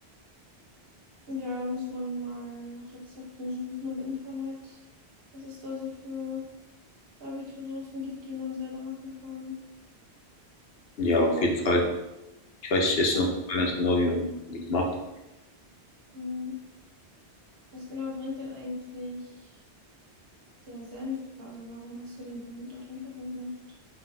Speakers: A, on the right; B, on the left.
A: Ja, da muss man mal nach Rezepten suchen im Internet, was es da so für Barbecue-Soßen gibt, die man selber machen kann.
B: Ja, auf jeden Fall. Ich weiß jetzt
A: Was,
B: noch nicht ganz genau, wie man wie die macht.
A: hm, was genau bringt denn eigentlich Der Senf, also warum hast du den da drunter gemacht?